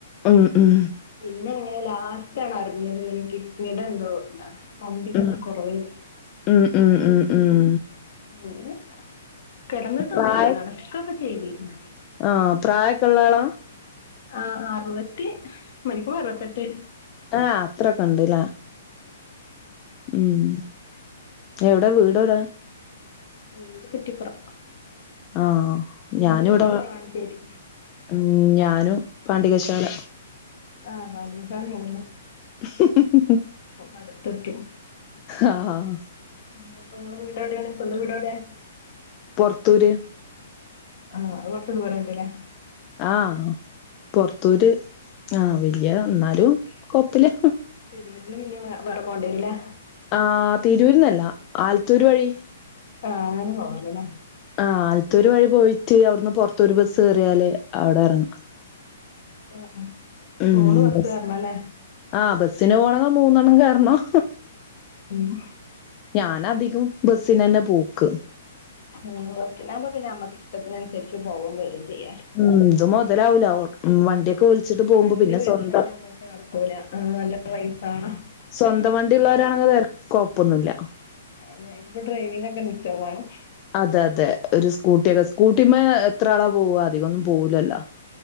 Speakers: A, on the left; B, on the left.
A: ഉം ഉം
B: പിന്നെ അങ്ങനെ ലാസ്റ്റ ആണ് അറിഞ്ഞിയത് ഇങ്ങനെ കിഡ്നിയുടെ എന്തോ എന്താണ് പമ്പിങ്
A: ഉം
B: ഒക്കെ കുറവേല്ല
A: ഉം ഉം ഉം ഉം
B: അങ്ങനെ കെടന്നിട്ടൊന്നുല്ല
A: പ്രായ
B: നടക്കൊക്കെ ചെയ്തിരുന്നു
A: ആഹ് പ്രായൊക്കള്ളാള
B: ആഹ് അറുപത്തി മണിക്കൂമ്പോ അറുപത്തെട്ട്
A: ആഹ് അത്രൊക്കെണ്ട്ലേ ഉം എവിടെ വീടൊടെ
B: വീട് കുറ്റിപ്പുറം
A: ആഹ് ഞാന്
B: ഇന്റെ
A: ഇവിടെ
B: വീട് വളാഞ്ചേരി
A: ഉം ഞാനും പാണ്ഡികശാല
B: ആഹ് പാണ്ടികശാലേണ്ല്ലേ
A: <unintelligible>
B: അടുത്തെക്കും
A: ആഹ്
B: ഉം അപ്പൊ നിങ്ങളെ വീടെവ്ടേണ് സ്വന്തം വീടോടേ
A: പൊറത്തൂര്
B: ആഹ് അത് കൊറച്ച് ദൂരണ്ട്ല്ലേ
A: ആഹ് പൊറത്തൂര് ആഹ് വല്യ എന്നാലും കൊപ്പല്ല
B: തിരൂരിന്ന് പിന്നിം വേറെ പോണ്ടിരല്ലേ
A: ആഹ് തിരൂർന്നല്ല ആലത്തൂർ വഴി
B: ആഹ് അങ്ങനെ പോവാലല്ലേ
A: ആഹ് ആലത്തൂര് വഴി പോയിട്ട് അവിടുന്ന് പൊറത്തൂര് ബസ്സ് കയറിയാല് അവിടെ ഇറങ്ങ
B: ആഹ് ആഹ്
A: ഉം
B: മൂന്ന് ബസ്സ്
A: ബസ്
B: കേറണല്ലേ
A: ആഹ് ബസിന് പോവാണെങ്കി മൂന്നെണം കേറണം
B: ഓഹ്
A: ഞാനധികും ബസ്സിനന്നെ പോക്ക്
B: ഉം ബസ്സിനാവുമ്പോ പിന്നെ നമ്മുക്ക് ഇഷ്ടത്തിനനുസരിച്ച് പോവും വരും ചെയ്യാൻ
A: ഉം ഇത് മൊതലാവൂല വണ്ടി ക്കെ വിളിച്ചിട്ട് പോകുമ്പോ
B: വണ്ടി
A: പിന്നെ
B: വിളിച്ചാലേ
A: സ്വന്തം
B: നമ്മുക്ക് നടക്കൂല ആഹ് നല്ല പയ്സാണ്
A: സ്വന്തം വണ്ടിള്ളോരാണെങ്കിൽ കൊഴപ്പൊന്നുമില്ല
B: അഹ് അയ്നിപ്പൊ ഡ്രൈവിംഗൊക്കെ നിച്ചംമാണം
A: അതെ അതെ ഒരു സ്കൂട്ടിയൊക്കെ സ്കൂട്ടിമ്മെ എത്രാളാ പോവ അധികൊന്നും പോകൂലല്ലോ